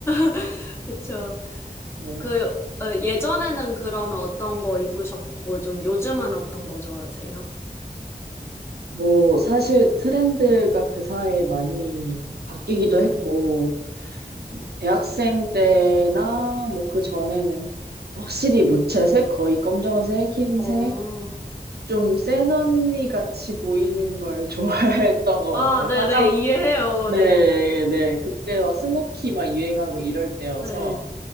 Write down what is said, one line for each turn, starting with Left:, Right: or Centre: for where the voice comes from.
Left: <laughs> 그쵸.
Right: 네.
Left: 그, 어, 예전에는 그러면 어떤 거 입으셨고, 좀 요즘은 어떤 거 좋아하세요?
Right: 뭐, 사실 트렌드가 그 사이에 많이 바뀌기도
Left: 음,
Right: 했고, 대학생 때나 뭐 그 전에는 확실히 무채색, 거의 검정색, 흰색,
Left: 어.
Right: 좀 센 언니 같이 보이는 걸 <laughs> 좋아했던 것
Left: 아,
Right: 같아요.
Left: 네네,
Right: 화장,
Left: 이해해요.
Right: 네,
Left: 네.
Right: 네. 그때 막 스모키 막 유행하고 이럴 때여서.
Left: 네,